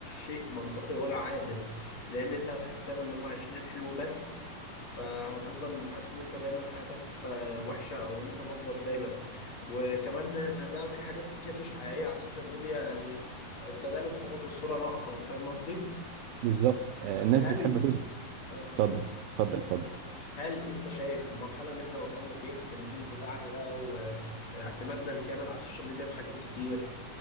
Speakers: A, on the left; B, on the right.
A: شيء منطقي ولا عادل لان انت هتحس دايما ان هم عايشين الحلو بس فهتفضل حاسس ان انت دايما حياتك ف- وحشه او انت محبط دايما وكمان ان ده في حاجات كتير مش حقيقيه على السوشيال ميديا يعني انت دايما بتاخد الصورة ناقصة فاهم قصدي
B: بالظبط آه،
A: بس
B: الناس
A: هل
B: بتحب تز
A: آه،
B: اتفضل اتفضل اتفضل
A: هل انت شايف المرحلة اللي احنا وصلنا فيها في الجيل بتاعنا ده واعتمادنا الكامل على السوشيال ميديا في حاجات كتير